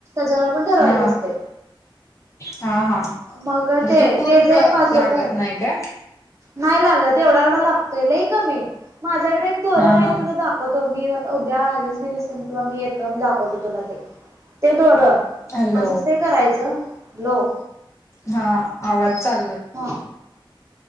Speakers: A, on the right; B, on the left.
A: त्यावर आपण ठरवायचं
B: हा
A: असते.
B: हा हा
A: मग
B: म्हणजे
A: ते
B: पूर्ण
A: तेच एक पाच रुपये
B: लागत नाही काय ‌?
A: नाही लागत एवढा, एवढा लागतोय लय कमी माझ्याकडे एक दोरा
B: हा
A: आहेत
B: हा
A: तुला दाखव मी आता उद्या आलीस बिलीस नाही तुम्हाला मी एक, दोन दाखवतो तुलाते ते दोर,
B: हॅलो
A: असंच ते करायचं लो.
B: हा आवाज चालला.
A: हा.